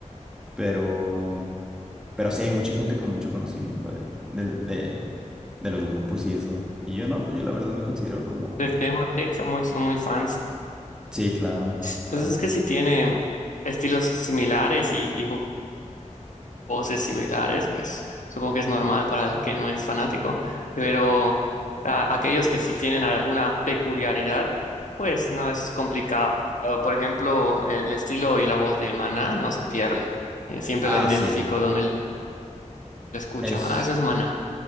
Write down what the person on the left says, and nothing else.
del tema, sí, son muy, son muy fans.
Entonces
es que si tienen estilos similares y, y voces similares, pues supongo que es normal para el que no es fanático, pero a- aquellos que sí tienen alguna peculiaridad, pues no es complicado. Por ejemplo, el estilo y la voz de Maná no se pierde. Eh, Siempre
lo identifico
donde lo escucho.
Ah, eso es Maná.